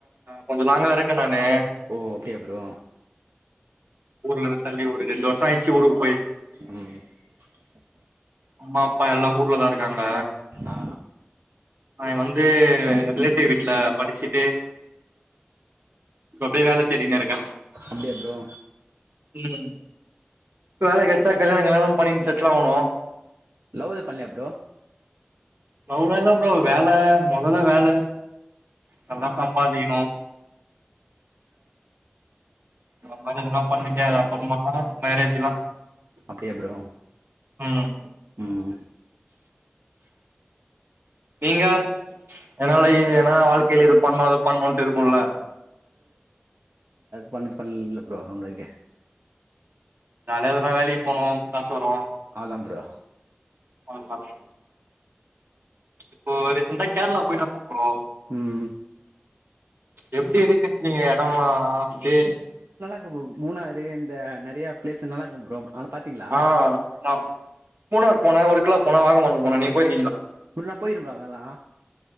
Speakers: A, on the right; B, on the right.
A: கொஞ்சொ லாங்கா இருக்கே நானு
B: ஓ அப்டியா ப்ரோ
A: ஊர்லந்து தள்ளி ஒரு ரெண்டு வருஷ ஆயிருச்சு ஊருக்கு போய்
B: ம்
A: அம்மா அப்பா எல்லா ஊர்ல தா இருக்காங்க
B: ஆ
A: நா இங்க வந்து ரிலேட்டிவ் வீட்ல படிச்சுட்டு இப்ப அப்டியே வேல தேடினு இருக்கே
B: அப்டியா ப்ரோ
A: ம் வேல கெட் சா கல்யாணோ கில்யாணோ பண்ணிட் செட்லாவுனு
B: லவ்வே பண்லயா ப்ரோ
A: லவ்லா இல்ல ப்ரோ வேல மொதல்ல வேல நல்லா சம்பாதிக்கணு லவ் மேரஜ் எல்லா பண்ணிக்காத அப்பம்மா <unintelligible> மேரேஜுல்லா
B: அப்டியா ப்ரோ
A: ம்
B: ம்
A: நீங்க என்னால எ ஏன்னா வாழ்க்கையில இது பண்ணு அது பண்ணுன்ட்டு இருக்குல
B: பண்ணிட் பண்லல்ல ப்ரோ ஆம்பளைக
A: ஜாலியா எதுனா வேலைக் கு போனோ காசு வரு
B: அவ்ளதா ப்ரோ
A: <unintelligible> இப்ப ரீசண்டா கேரளா போயிட்டே <inaudible> ப்ரோ
B: ம்
A: எப்டி இருக்குன்றீங்க எடோல்லா அப்டியே
B: க்கு ப்ரோ மூணாறு இந்த நெறைய பிளேஸு நல்லா இருக்கு ப்ரோ ஆனா பாத்தீங்களா
A: ஆ பாத்தே மூணார் போனோ <unintelligible> போனோ வாகமான்க்கு போனோ நீங்க போயிருக்
B: ப்ரோ நா போயிருக்கிறே ப்ரோ அங்கல்லா